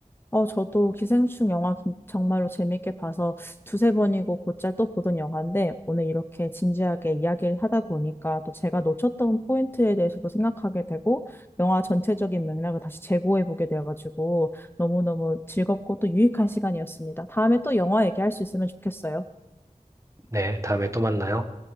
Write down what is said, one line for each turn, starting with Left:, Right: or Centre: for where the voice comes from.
Left: 어, 저도 기생충 영화 긴- 정말로 재밌게 봐서 두세 번이고 곧잘 또 보던 영화인데 오늘 이렇게 진지하게 이야기를 하다 보니까 또 제가 놓쳤던 포인트에 대해서도 생각하게 되고 영화 전체적인 맥락을 다시 재고해 보게 돼가지고 너무너무 즐겁고 또 유익한 시간이었습니다. 다음에 또 영화 얘기할 수 있으면 좋겠어요.
Right: 네, 다음에 또 만나요.